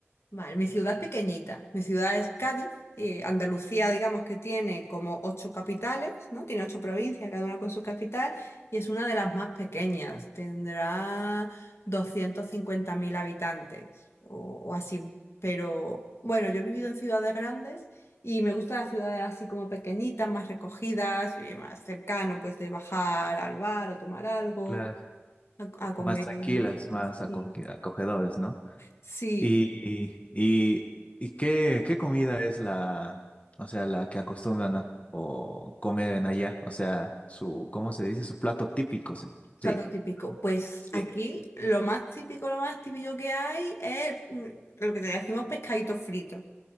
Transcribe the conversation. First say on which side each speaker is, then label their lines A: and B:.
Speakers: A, on the left; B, on the left.
A: Vale, mi ciudad es pequeñita. Mi ciudad es Cádiz. eh, Andalucía, digamos que tiene como ocho capitales, ¿no? Tiene ocho provincias, cada una con su capital, y es una de las más pequeñas. Tendrá 250.000 habitantes o, o así. Pero bueno, yo he vivido en ciudades grandes y me gustan las ciudades así como pequeñitas, más recogidas, y más cercano, pues de bajar al bar a tomar algo,
B: claro.
A: a, a comer.
B: Más tranquilas, más acoge-
A: Sí,
B: acogedores, ¿no?
A: sí,
B: Y, y, y qué, qué comida es la, o sea, la que acostumbran a o comer en allá, o sea, su, ¿cómo se dice? Su plato típico. se- Sí.
A: Plato típico. Pues
B: Sí.
A: aquí lo más típico, lo más típico que hay es mm, lo que te decimos pescadito frito